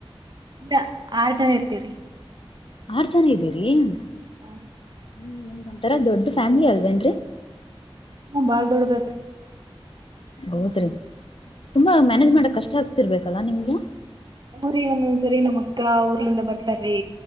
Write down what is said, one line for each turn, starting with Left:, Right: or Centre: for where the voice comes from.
Right: ಇಲ್ಲ, ಆರೂ, ಜನ, ಇರುತ್ತಿವಿರಿ. <inaudible>
Left: ಆರ್, ಜನ, ಇದ್ದೀರಿ? <inaudible>
Right: ಹ್ಮ.. <unintelligible>
Left: ಹ್ಮ್, ನಿಮ್ದು, ಒಂತರಾ ದೊಡ್ ಫ್ಯಾಮಿಲಿ ಅಲ್ವೇನ್ರರಿ? <inaudible>
Right: ಹ್ಮ, ಬಾಳ್ ದೊಡ್ಡದತ್ರಿ. <inaudible>
Left: ಹೌದ್ರಿ, ತುಂಬಾ ಮ್ಯಾನೇಜ್! ಮಾಡಕ್ ಕಷ್ಟ ಆಗ್ತಿರ್ಬೇಕಲ್ಲಾ, ನಿಮ್ಗೆ. <inaudible>
Right: ಊರಿ, ಒಂದೊಂದ್ಸರಿ, ನಮ್ಮ್ ಅಕ್ಕ ಊರ್ಲಿಂದ ಬರ್ತಾರೀ!